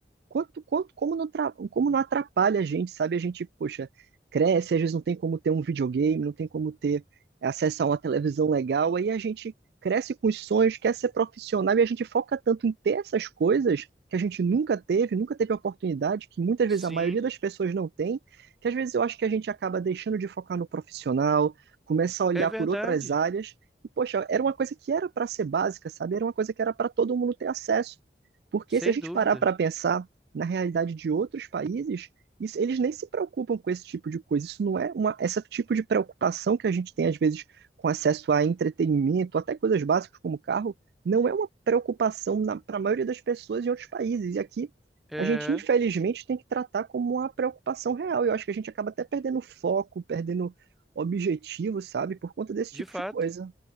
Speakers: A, on the right (about 65°); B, in the centre.
A: quanto, quanto, como não, tra- como não atrapalha a gente, sabe? A gente, poxa, cresce, às vezes não tem como ter um videogame, não tem como ter acesso a uma televisão legal, aí a gente cresce com os sonhos, quer ser profissional e a gente foca tanto em ter essas coisas que a gente nunca teve, nunca teve oportunidade, que muitas
B: Sim,
A: vezes a maioria das pessoas não tem, que às vezes eu acho que a gente acaba deixando de focar no profissional, começa a olhar
B: é verdade.
A: por outras áreas. E, poxa, era uma coisa que era para ser básica, sabe? Era uma coisa que era para todo mundo ter acesso. Porque
B: Sem
A: se a gente
B: dúvida.
A: parar para pensar, na realidade de outros países, isso, eles nem se preocupam com esse tipo de coisa. Isso não é uma, esse tipo de preocupação que a gente tem, às vezes, com acesso a entretenimento, até coisas básicas como carro, não é uma preocupação para a maioria das pessoas em outros países. E aqui,
B: É,
A: a gente, infelizmente, tem que tratar como uma preocupação real. E eu acho que a gente acaba até perdendo foco, perdendo objetivo, sabe, por conta desse
B: de
A: tipo
B: fato.
A: de coisa.